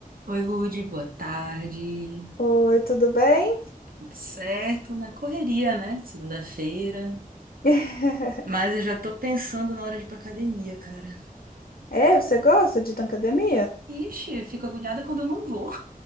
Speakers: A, on the right; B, on the left.
A: Oi, Lude, boa tarde.
B: Oi, tudo bem?
A: Tudo certo? Na correria, né? Segunda-feira.
B: <laughs>
A: Mas eu já tô pensando na hora de ir pra academia, cara.
B: É, você gosta de ir na academia?
A: Ixi, eu fico agoniada quando eu não vou.